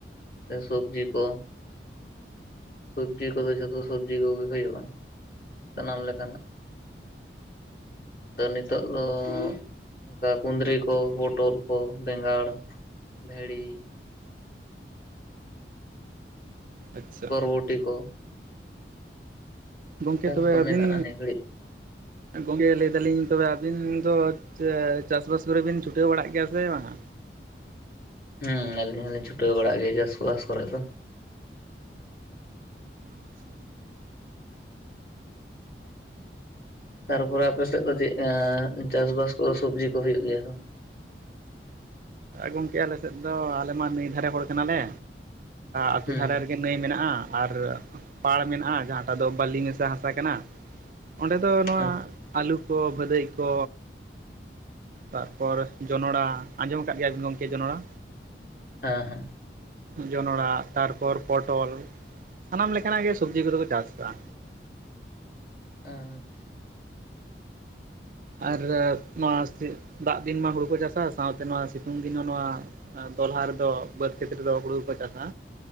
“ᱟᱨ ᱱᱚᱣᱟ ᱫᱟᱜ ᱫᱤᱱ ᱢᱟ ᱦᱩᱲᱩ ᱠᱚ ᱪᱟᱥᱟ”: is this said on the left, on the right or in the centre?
Right